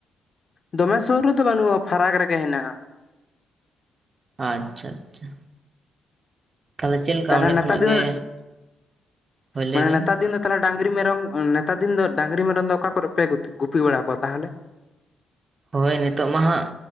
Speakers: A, on the left; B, on the right.
A: ᱫᱚᱢᱮ ᱥᱩᱨ ᱨᱮᱫᱚ ᱵᱟᱹᱱᱩᱜᱼᱟ ᱯᱷᱟᱨᱟᱠ ᱨᱮᱜᱮ ᱦᱮᱱᱟᱜᱼᱟ
B: ᱟᱪᱪᱷᱟ ᱟᱪᱪᱷᱟ ᱛᱟᱦᱚᱞᱮ ᱪᱮᱫ ᱞᱮᱠᱟ
A: ᱛᱟᱦᱚᱞᱮ
B: ᱚᱸᱰᱮ
A: ᱱᱮᱛᱟᱨ
B: ᱠᱷᱚᱱᱟᱜ
A: ᱫᱤᱱ
B: ᱜᱮ
A: ᱫᱚ
B: ᱦᱳᱭ ᱞᱟᱹᱭᱵᱤᱱ
A: ᱢᱟᱱᱮ ᱱᱮᱛᱟᱨ ᱫᱤᱱ ᱫᱚ ᱛᱟᱦᱚᱞᱮ ᱰᱟᱹᱝᱨᱤ ᱢᱮᱨᱚᱢ ᱱᱮᱛᱟᱨ ᱫᱤᱱ ᱫᱚ ᱰᱟᱹᱝᱨᱤ ᱢᱮᱨᱚᱢ ᱫᱚ ᱚᱠᱟ ᱠᱚᱨᱮ ᱯᱮ ᱜᱩᱯᱤ ᱵᱟᱲᱟ ᱠᱚᱣᱟ ᱛᱟᱦᱚᱞᱮ?
B: ᱦᱳᱭ ᱱᱤᱛᱚᱜ ᱢᱟ ᱦᱟᱸᱜ